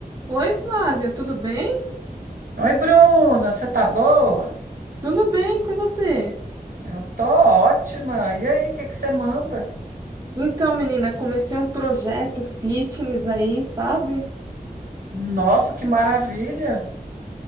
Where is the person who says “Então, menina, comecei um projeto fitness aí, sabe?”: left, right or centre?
Right